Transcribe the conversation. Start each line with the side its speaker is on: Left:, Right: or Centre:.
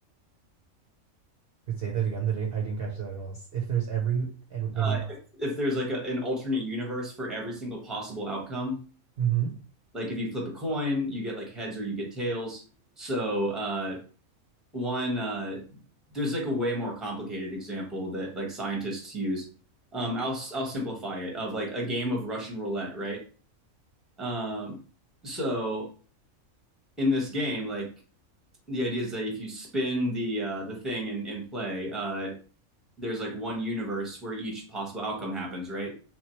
Right: could say that again that I I didn't catch that at all. If there's every and any
Centre: Uh, if, if there's like a, an alternate universe for every single possible outcome,
Right: mm hmm
Centre: like if you flip a coin, you get like heads or you get tails. So uh, one uh, there's like a way more complicated example that like scientists use. Um, I'll I'll simplify it of like a game of Russian roulette, right? Um, so in this game, like the idea is that if you spin the uh, the thing and, and play, uh, there's like one universe where each possible outcome happens, right?